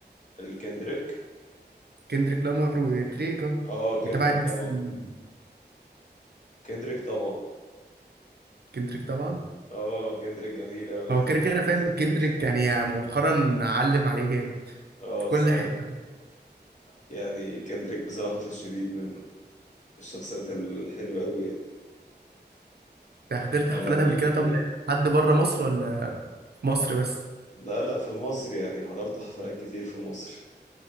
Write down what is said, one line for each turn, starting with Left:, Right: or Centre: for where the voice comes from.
Left: الكندريك
Right: كندريك لامار وتريك اه
Left: اه كندريك
Right: متابع الدس
Left: طبعا
Right: ال-
Left: كندريك طبعا
Right: كندريك طبعا
Left: اه كندريك جميل قوي
Right: هو
Left: يعني
Right: كده
Left: بحب
Right: كده فاهم
Left: مزيكته
Right: كندريك
Left: فشخ
Right: يعني مؤخرا علم عليه جامد
Left: اه
Right: في كل
Left: بصراحة
Right: حتة
Left: يعني كندريك بصراحة في الشديد منه الشخصيات الحلوة قوي يعني
Right: انت حضرت
Left: أغانيه
Right: حفلات قبل كده طب حد بره مصر ولا في مصر بس
Left: لا لا في مصر يعني حضرت حفلات كتير في مصر